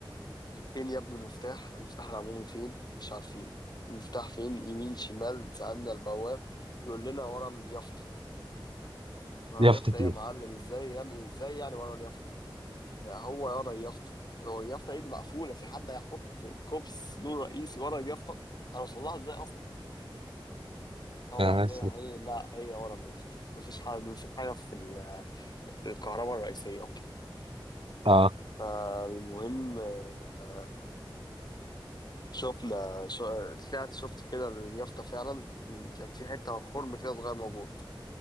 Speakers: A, on the left; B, on the right.
A: فين يا ابني المفتاح المفتاح العمومي فين مش عارفين المفتاح فين يمين شمال سألنا البواب يقول لنا ورا اليافطة ورا
B: يافطة
A: اليافطة ايه
B: ايه
A: يا معلم ازاي يعني ازاي يعني ورا اليافطة يا هو يا اليافطه هو اليافطه ايه دي مقفوله في حد هيحط كوبس نور رئيسي ورا اليافطه هنوصل لها ازاي اصلا هو
B: يا
A: قال
B: نهار اسود
A: لنا هي لا هي ورا اليافطه مفيش حاجه مفيش حاجه في ال- الكهرباء الرئيسيه اوكي
B: اه
A: فالمهم آه، شفنا شو- طلعت شفت كده اليافطه فعلا كان في حته خرم كده صغير موجود